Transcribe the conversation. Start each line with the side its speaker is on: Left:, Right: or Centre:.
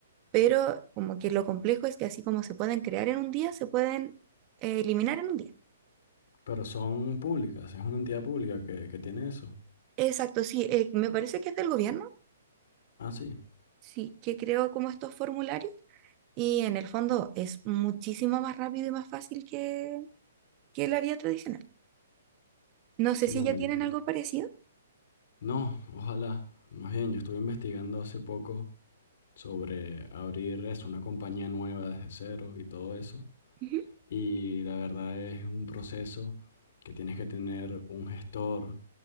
Right: pero como que lo complejo es que así como se pueden crear en un día, se pueden eh, eliminar en un día.
Left: Pero son públicas, es una entidad pública que, que tiene eso.
Right: Exacto, sí, eh, me parece que es del gobierno,
Left: Ah, sí.
Right: sí, que creo como estos formularios y en el fondo es muchísimo más rápido y más fácil que, que la vía tradicional. No sé
Left: Sí,
Right: si
Left: bueno,
Right: ya
Left: yo,
Right: tienen algo parecido.
Left: No, ojalá. Más bien, yo estuve investigando hace poco sobre abrir eso, una compañía nueva desde cero y todo eso.
Right: Ujú.
Left: Y la verdad es un proceso que tienes que tener un gestor.